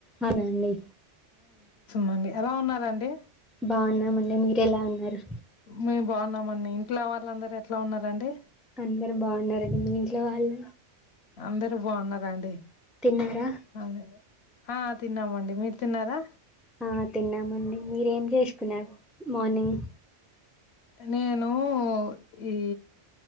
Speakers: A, in the centre; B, on the left (about 65°).
A: అవునండి
B: మండి ఎలా ఉన్నారండి
A: బాగున్నామండి మీరు ఎలా ఉన్నారు.
B: మేం బాగున్నామండి ఇంట్లో వాళ్ళందరు ఎట్లా ఉన్నారండి
A: అందరు బాగున్నారండి మీ ఇంట్లో వాళ్ళు
B: అందరు బాగున్నార అండి
A: తిన్నారా
B: అదే ఆ తిన్నామండి మీరు తిన్నారా
A: ఆ తిన్నామండి మీరేం చేసుకున్నారు మార్నింగ్
B: నేను ఈ